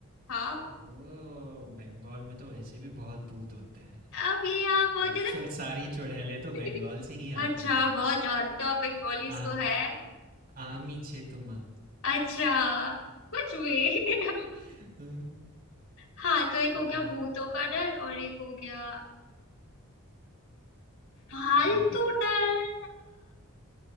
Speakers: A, on the left; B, on the right.
A: हाँ
B: ओ बंगाल में तो वैसे भी बहुत भूत होते हैं
A: अब ये आप बहुत
B: एक्चुअल
A: ज्यादा
B: सारी चुड़ैलें
A: <laughs>
B: तो बंगाल से ही आती
A: अच्छा
B: हैं
A: बहुत जानते हो आप बंगालीज
B: आ
A: को है
B: आमी छे तुमा
A: अच्छा कुछ भी <laughs>
B: हम्म,
A: हाँ तो एक हो
B: हम्म,
A: गया भूतों का डर और एक हो गया फालतू
B: हम्म,
A: डर